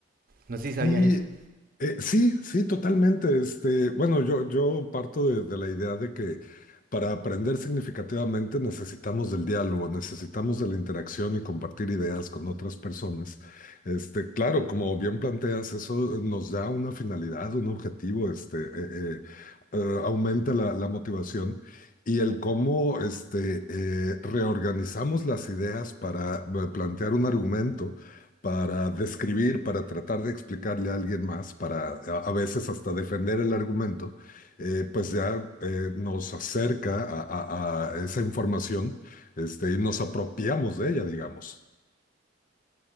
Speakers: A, on the right (about 45°); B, on the left (about 45°).
A: No sé si sabías
B: Sí,
A: eso.
B: eh, sí, sí, totalmente. Este, bueno, yo, yo parto de, de la idea de que para aprender significativamente necesitamos del diálogo, necesitamos de la interacción y compartir ideas con otras personas. Este, claro, como bien planteas, eso nos da una finalidad, un objetivo, este, eh, eh, eh, aumenta la, la motivación. Y el cómo este, eh, reorganizamos las ideas para eh, plantear un argumento para describir, para tratar de explicarle a alguien más, para a, a veces hasta defender el argumento, eh, pues ya eh, nos acerca a, a- a esa información, este, y nos apropiamos de ella, digamos.